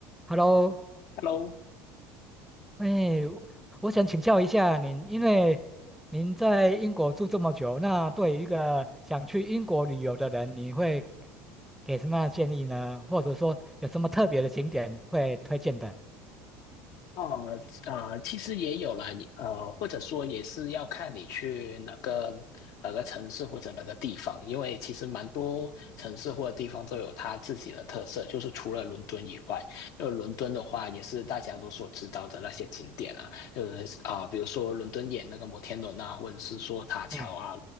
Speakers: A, in the centre; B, on the left.
A: Hello，
B: Hello，
A: 哎，我想请教一下您，因为您在英国住这么久，那对于一个想去英国旅游的人，你会给什么样的建议呢？或者说有什么特别的景点会推荐的？
B: 哦呃呃，其实也有了，你呃，或者说也是要看你去哪个哪个城市或者哪个地方，因为其实蛮多城市或者地方都有它自己的特色，就是除了伦敦以外，因为伦敦的话也是大家都所知道的那些景点啊，就是啊、比如说伦敦眼那个摩天轮啊，或者是说塔桥啊，
A: 对